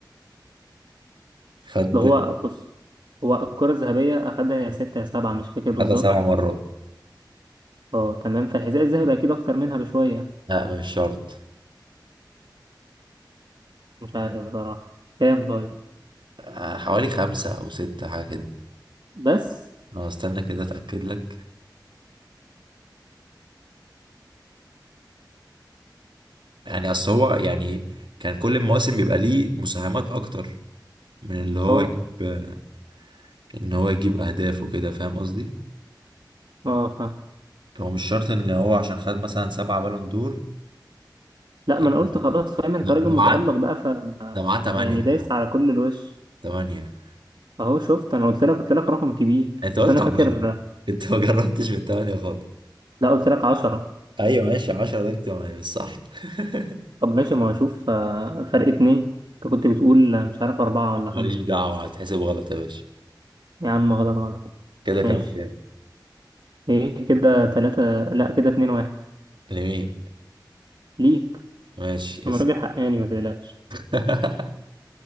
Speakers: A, on the right; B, on the right.
A: خد
B: أصل هو بص هو الكرة الذهبية أخدها يا ستة يا سبعة مش فاكر بالظبط
A: خدها سبع مرات
B: اه تمام فالحذاء الذهبي أكيد أكتر منها بشوية
A: لا مش شرط
B: مش عارف بصراحة كام طيب
A: آه، حوالي خمسة أو ستة حاجة كده
B: بس
A: أه استنى كده أتأكد لك يعني أصل هو يعني كان كل المواسم بيبقى ليه مساهمات أكتر من اللي هو
B: اه
A: يجيب آه، إن هو يجيب أهداف وكده فاهم قصدي؟
B: اه فاهم
A: فهو مش شرط إن هو عشان خد مثلا سبعة بالون دور
B: لا
A: إيه
B: ما انا
A: ده
B: قلت خلاص فاهم انت
A: ده
B: راجل متألق
A: معاه
B: بقى ف
A: ده معاه تمانية
B: يعني
A: يا
B: دايس
A: عم
B: على كل الوش
A: تمانية
B: اهو شفت انا قلت لك قلت لك رقم كبير
A: انت قلت
B: بس انا
A: 10
B: فاكر
A: انت ما جربتش من 8 خالص
B: لا قلت لك 10
A: ايوه ماشي 10 ده اجتماعي بس صح <laughs>
B: طب ماشي ما اشوف آه، فرق اتنين انت كنت بتقول آه، مش عارف اربعة ولا خمسة
A: ماليش دعوه هتحسب غلط يا باشا
B: يا عم غلط غلط
A: كده
B: ماشي
A: كام كام
B: ايه كده تلاتة لا كده اتنين واحد
A: لمين
B: ليك
A: ماشي
B: انا
A: اسم
B: راجل حقاني ما تقلقش
A: <laughs>